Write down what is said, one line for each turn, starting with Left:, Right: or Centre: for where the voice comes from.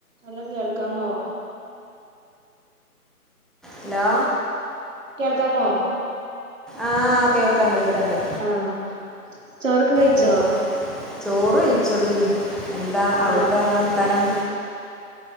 Right: വല്ലോം കേൾക്കാമോ
Centre: ഹലോ
Right: കേൾക്കാമോ
Centre: ആഹ് കേൾക്കണ്ട് കേൾക്കണ്ട്
Right: ആഹ് ചോറൊക്കെ കഴിച്ചോ
Centre: ഉം ചോറ് കഴിച്ചൊടി എന്താ അവിടുത്തെ
Right: ആഹ്
Centre: വർത്താനം